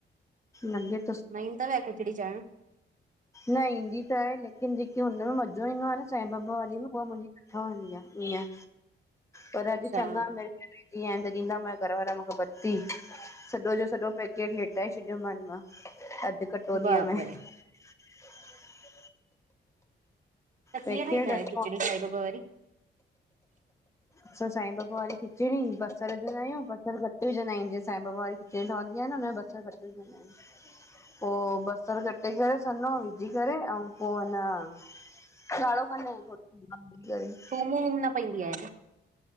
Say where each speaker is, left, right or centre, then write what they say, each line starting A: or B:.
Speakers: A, on the left; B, on the right.
A: मन्दिर
B: न ईंदीतव छा खिचणी चाड़ण
A: न ईंदी त आहे लेकिन जेकी हुनमें मज़ो ईंदो आहे न साईं बाबा वारी में उहा न ठाहंदी ईअं, पर अॼु
B: अच्छा
A: चङा म इअं आहिनि त ॾींदा माखें घर वारा मूंखे बत्ती सॼो जो सॼो पैकेट निपटाए छॾियो मान मां अधु कटोरीअ
B: बापरे
A: में ह <inaudible>
B: ता
A: पैकेट
B: कीअं ठाहीदां
A: रखियो
B: आहियो खिचड़ी साई ॿाबा वारी?
A: असां साईं बाबा वारी खिचड़ी बसर विंजदा असां साईं बाबा खिचणी, बसर घटि विंजदा आहियूं जीअं साईं बाबा वारी खिचड़ी ठहंदी आहे न हुन में ब असां घटि‌ आहियूं <unintelligible> पो बसरु कटे करे सन्ना विझी करे ऐं पोइ अन <unintelligible>
B: थूम वूम न पवंदी आ